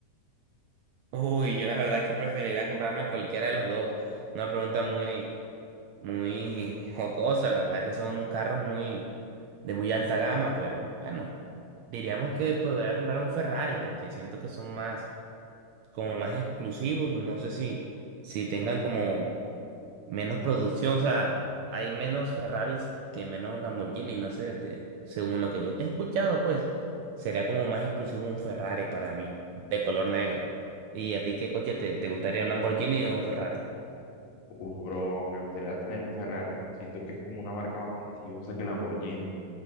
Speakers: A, on the right (about 75°); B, on the left (about 85°).
A: Uy, yo la verdad es que preferiría comprarme cualquiera de los dos. Una pregunta muy, muy jocosa, la verdad que son carros muy de muy alta gama, pero bueno, diríamos que podría comprar un Ferrari porque siento que son más como más exclusivos, no sé si si tengan como menos producción, o sea, hay menos Ferraris que menos Lamborghini, no sé, de- según lo que yo he escuchado, pues sería como más exclusivo un Ferrari para mí, de color negro. ¿Y a ti qué coche te, te gustaría, un Lamborghini o un Ferrari?
B: Uf, bro, me gustaría tener un Ferrari. Siento que es como una marca más prestigiosa que el Lamborghini. O